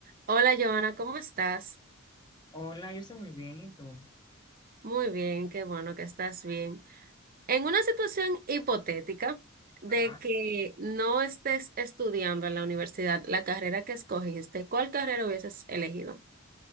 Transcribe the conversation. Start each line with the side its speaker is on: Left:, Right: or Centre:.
Right: Hola, Joana, ¿cómo estás?
Left: Hola, yo estoy muy bien, ¿y tú?
Right: Muy bien, qué bueno que estás bien. En una situación hipotética de
Left: Ajá.
Right: que no estés estudiando en la universidad la carrera que escogiste, ¿cuál carrera hubieses elegido?